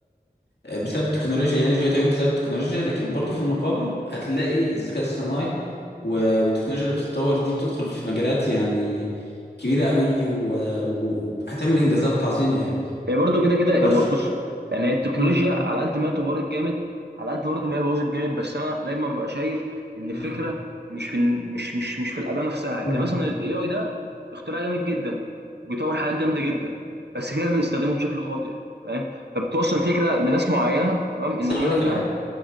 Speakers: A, on the left; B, on the right.
A: بسبب التكنولوجيا يعني شويه عيوب بسبب التكنولوجيا لكن برضو في المقابل هتلاقي الذكاء الصناعي و- والتكنولوجيا اللي بتتطور دي بتدخل في مجالات يعني كبيره قوي و- و- وهتعمل انجازات عظيمه يعني
B: هي برضه كده كده
A: بس
B: هو بص يعني هي التكنولوجيا
A: مم.
B: على قد ما هي طورت جامد على قد برضه ما هي بوظت جامد بس انا دايما ببقى شايف ان الفكره
A: مم.
B: مش في مش مش مش في الاداه نفسها يعني
A: مم.
B: مثلا الاي اي ده اختراع جامد جدا وبيطور حاجات جامده جدا بس في ناس بتستخدمه بشكل خاطئ فاهم فبتوصل فكره لناس معينه تمام ان
A: بس انا
B: الاي
A: هقول
B: اي
A: لك
B: ده
A: على حاجه